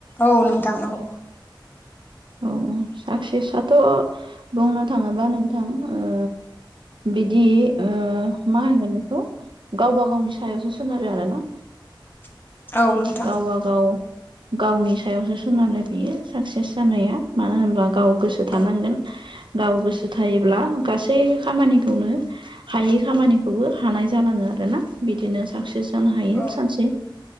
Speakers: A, on the left; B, on the right.
A: औ नोंथां औ।
B: औ साक्सेसथ' बुंनो थाङोबा नोंथां ओ बिदि ओ मा होनगोन बेखौ गावबा गावनि सायावसो सोनारो आरोना।
A: <inaudible> नोंथां
B: गावबागाव गावनि सायावसो सोनारो बियो साक्सेस जानाया मानो होनब्ला गाव गोसो थानांगोन।
A: औ
B: गाव गोसो थायोब्ला गासै खामानिखौनो हायै खामानिखौबो हानाय जालाङो आरोना बिदिनो साक्सेस जानो हायो
A: औ
B: सानसे।